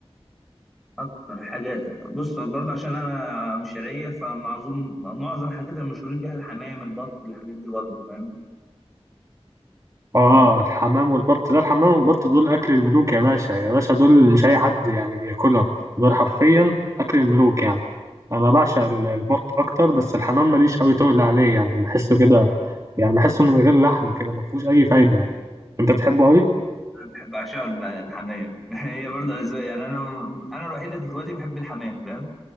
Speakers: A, in the centre; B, on the right.
A: اكتر حاجه بص برضه عشان انا مش شرقيه فمعظم معظم الحاجات المشهورين بيها الحمام البط الحاجات دي برضه فاهم
B: اه
A: ده-
B: الحمام والبط ده الحمام والبط دول اكل الملوك يا باشا يا باشا دول مش اي حد يعني بياكلهم دول حرفيا اكل الملوك يعني انا بعشق ال- البط اكتر بس الحمام ماليش قوي تقول عليه يعني بحسه كده يعني بحسه من غير لحم كده ما فيهوش اي فايده يعني. انت بتحبه قوي
A: انا بحب بعشقه الحمام <laughs> هي برضه اذواق يعني انا انا الوحيد اللي في اخواتي بحب الحمام فاهم